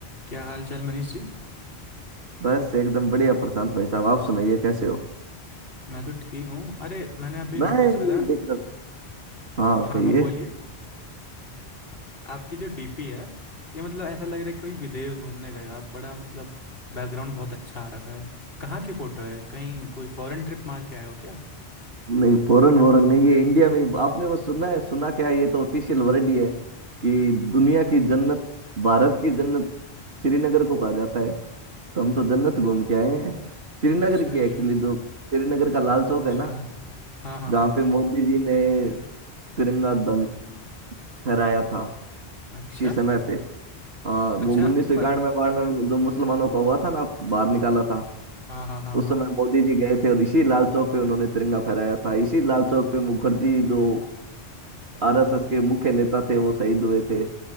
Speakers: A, on the left; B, on the right.
A: क्या हाल चाल मनीष जी
B: बस एकदम बढ़िया प्रशांत भाई साहब आप सुनाइए कैसे हो
A: मैं तो ठीक हूँ अरे मैंने अभी नोटिस
B: मैं
A: करा
B: ये देख रहा था। हाँ
A: हाँ
B: कहिए
A: हाँ बोलिए आपकी जो डीपी है ये मतलब ऐसा लग रहा है कोई विदेश घूमने गए हो आप बड़ा मतलब बैकग्राउंड बहुत अच्छा आ रखा है कहाँ की फ़ोटो है कहीं कोई फॉरेन ट्रिप मार के आए हो क्या
B: नहीं फॉरेन वॉरेन नहीं ये इंडिया में ही- आपने वो सुना है सुना क्या है ये तो ऑफिशियल वर्ड ही है कि दुनिया की जन्नत भारत की जन्नत श्रीनगर को कहा जाता है तो हम तो जन्नत घूम के आए हैं श्रीनगर
A: अच्छा
B: की एक्चुअली
A: जी
B: जो श्रीनगर का लाल चौक
A: अच्छा
B: है ना
A: हाँ हाँ
B: जहाँ
A: हाँ
B: पे मोदी जी ने तिरंगा दं फहराया था
A: अच्छा
B: किसी समय पे हाँ
A: अच्छा
B: वो उन्नीस सौ
A: पर
B: इक्यानवे बाढ़ में जो मुसलमानों का हुआ था ना बाहर निकाला था
A: हाँ हाँ हाँ हाँ
B: उस समय मोदी जी गए थे और इसी लाल चौक पे उन्होंने तिरंगा फहराया था इसी लाल चौक पे मुखर्जी जो आरएसएस के मुख्य नेता थे वो शहीद हुए थे